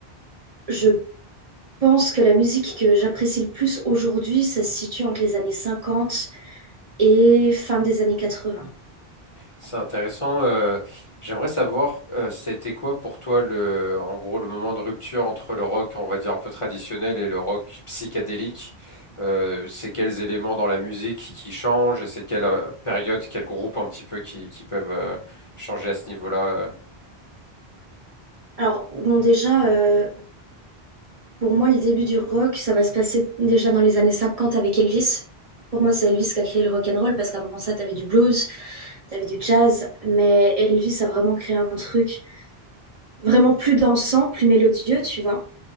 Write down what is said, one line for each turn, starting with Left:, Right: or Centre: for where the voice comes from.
Right: je pense que la musique que j'apprécie le plus aujourd'hui, ça se situe entre les années 50 et fin des années 80.
Left: C'est intéressant. euh, j'aimerais savoir, euh, c'était quoi pour toi le, en gros, le moment de rupture entre le rock, on va dire un peu traditionnel, et le rock psychédélique. Euh, c'est quels éléments dans la musique qui changent et c'est quelle euh, période, quel groupe un petit peu qui, qui peuvent euh, changer à ce niveau-là. euh.
Right: Alors, bon, déjà, euh, pour moi, le début du rock, ça va se passer déjà dans les années 50 avec Elvis. Pour moi, c'est Elvis qui a créé le rock and roll parce qu'avant ça, t'avais du blues, t'avais du jazz, mais Elvis a vraiment créé un truc vraiment plus dansant, plus mélodieux, tu vois.